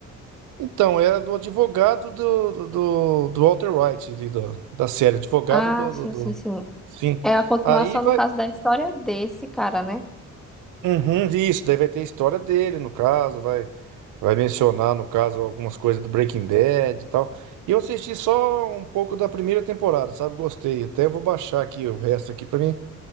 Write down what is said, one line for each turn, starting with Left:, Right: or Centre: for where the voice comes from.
Right: Então, era do advogado do, do, do Walter White, ali, do- da série. Advogado
Centre: Ah,
Right: do, do,
Centre: sim,
Right: do-
Centre: sim, sim.
Right: Sim.
Centre: É a continuação,
Right: Aí vai.
Centre: no caso, da história desse cara, né?
Right: Uhum, isso, daí vai ter a história dele, no caso, vai. Vai mencionar, no caso, algumas coisas do Breaking Bad e tal. E eu assisti só um pouco da primeira temporada, sabe? Gostei. Até vou baixar aqui o resto aqui pra mim,